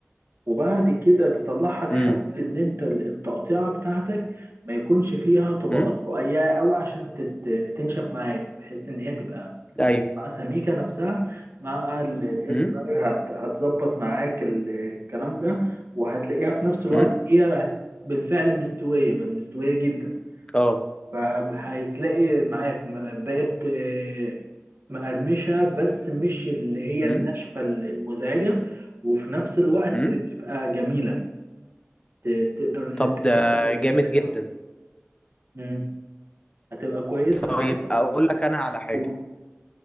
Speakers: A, on the right; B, on the left.
A: وبعد كده تطلعها تحاول
B: امم
A: ان انت ال- التقطيعه بتاعتك ما يكونش فيها طبقات
B: امم
A: رقيقه قوي عشان تت- تنشف معاك بحيث ان هي تبقى القطعة
B: ايوه
A: سميكه نفسها مع الاير
B: امم
A: فراير هت- هتظبط معاك ال- الكلام ده وهتلاقيها في نفس الوقت
B: امم
A: هي هت- بالفعل مستويه بل مستويه جدا
B: اه
A: فهيتلاقي معاك م- بقت آه، مقرمشة بس مش اللي هي
B: امم
A: الناشفة المزعجة وفي نفس الوقت
B: امم
A: تبقى جميلة ت- تقدر إن
B: طب
A: أنت إيه
B: ده
A: تاكلها
B: جامد
A: كده
B: جدا
A: مم. هتبقى كويسة معاك
B: طيب اقول لك انا على حاجه
A: و...